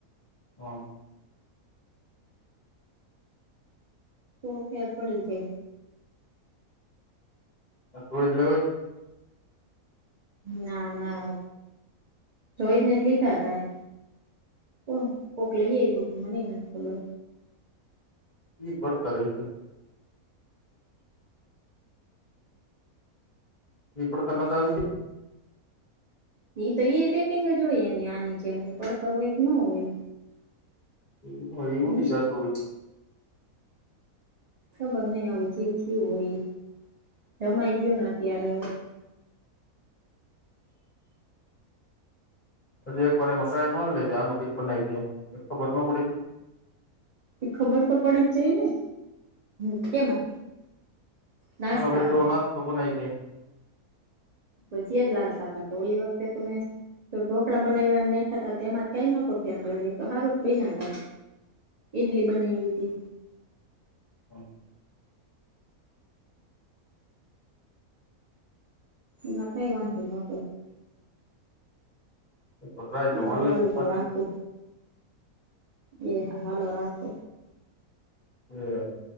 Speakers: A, on the left; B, on the right.
A: હા.
B: તો ફેર પડી જાય.
A: <unintelligible>
B: ના ના, જોઈને જ લીધા તા. તો કોક લઈ આવું તું, મનેય નથ ખબર.
A: ઇ પડતા રે છે. એ પડતા નથ આવી કે
B: એ તો એ પેકિંગ જ હોયને આની કેમ પડતર હોઈ ન હોય.
A: એ એવું
B: નિશ
A: બી જતું હો.
B: ખબર નઈ હવે જે થિયુ હોય એ, કમાઈ ગયોને અત્યારે.
A: હજી એક વારે મસાલાઈ મારી લેજ, આનું ક બનાવી જ એક તો બનવો પડી જ.
B: એ ખબર તો પડી જ જાય ને, હ કેમાં. નાસ્તામાં
A: <unintelligible>
B: ભજીયા જ લાલ ખાતાતા, તો ઓલી વખતે તો મેં. તો ઢોકળા બનાવવા નહી એમાં જ કઈ નોતો ફેર પડે તો હારું જ બ નાતા. ઇડલી બનાઈવી હતી.
A: <inaudible>
B: એમાં કઈ વાંધો નતો.
A: <inaudible>
B: સારું હાલો તો રાખું એ હાલો રાખો.
A: <unintelligible>